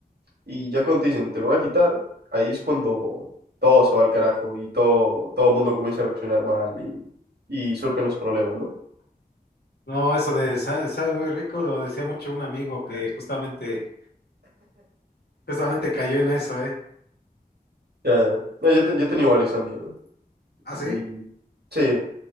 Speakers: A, on the right; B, on the left.
A: Y ya cuando te dicen, te lo voy a quitar, ahí es cuando todo se va al carajo y todo, todo el mundo comienza a reaccionar mal y, y surgen los problemas, ¿no?
B: No, eso de sa- sabe muy rico lo decía mucho un amigo que justamente Justamente cayó en eso, ¿eh?
A: Ya, ya. No, yo, te- yo he tenido varios también, ¿no?
B: ¿Ah, sí?
A: Y sí,